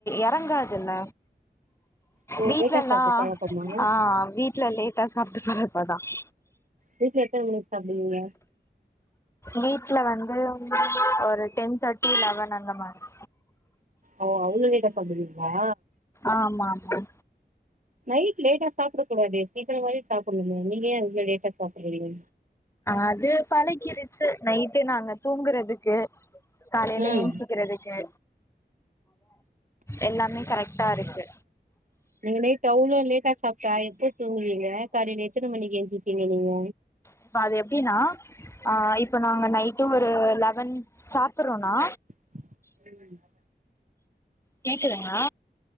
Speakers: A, on the left; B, on the right.
A: எறங்காதுல
B: ஓ
A: வீட்லல்லா
B: லேட்டா சாப்ட்ற பழக்கமா
A: ஆ வீட்ல லேட்டா சாப்ட்டு <unintelligible>
B: வீட்ல எத்தன மணிக் சாப்டுவீங்க
A: வீட்ல வந்து ஒரு டென் தேர்ட்டி லெவன் அந்த மாரி <inaudible>
B: ஓ அவுங்க கிட்ட தொந்துவீங்ளா
A: ஆமா மா
B: நைட் லேட்டா சாப்டக் கூடாதே சீக்கிரமாவே சாப்புன்மே நீங்க ஏ இவ்ளோ லேட்டா சாப்பிர்றீங்க
A: அது பழகிருச்சு நைட்டு நாங்க தூங்கறத் ருக்கு காலைல
B: ம்
A: ஏன்ச்சிக்கிறதுக்கு எல்லாமே கரெக்ட்டா இருக்கு
B: நீங்கமே டவுன்ல லேட்டா சாப்டா எப்போ தூங்குவீங்க காலைல எத்தன மணிக்கு எஞ்சிப்பீங்க நீங்க
A: இப்ப அது எப்டினா அ இப்ப நாங்க நைட்டு ஒரு லெவன் சாப்பர்றோனா
B: <inaudible>
A: கேக்குதுங்ளா